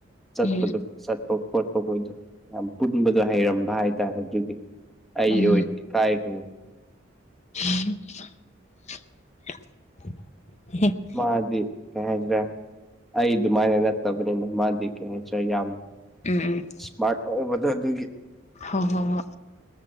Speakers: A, in the centre; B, on the left.
A: ꯆꯠꯄꯗꯣ
B: ꯎꯝ
A: ꯆꯠ ꯄ ꯈꯣꯠꯄꯈꯣꯏꯗꯣ ꯌꯥꯝ ꯄꯨꯟꯕꯗꯣ ꯍꯩꯔꯝꯕ ꯍꯥꯏꯇꯥꯔꯦ ꯑꯗꯨꯒꯤ ꯑꯩ
B: ꯎꯝ ꯎꯝ
A: ꯑꯣꯏꯅꯗꯤ ꯀꯥꯏꯗꯦꯕ
B: <unintelligible>
A: ꯃꯥꯗꯤ ꯀꯩ ꯍꯥꯏꯁꯤꯔꯥ ꯑꯩ ꯑꯗꯨꯃꯥꯏꯅ ꯅꯠꯇꯕꯅꯤꯅ ꯃꯥꯗꯤ ꯀꯩ ꯍꯥꯏꯁꯤꯔ ꯌꯥꯝ
B: ꯎꯝ ꯎꯝ
A: ꯏ꯭ꯁꯃꯥꯔꯠ ꯑꯣꯏꯕꯗꯣ ꯑꯗꯨꯒꯤ
B: ꯍꯣꯏ ꯍꯣꯏ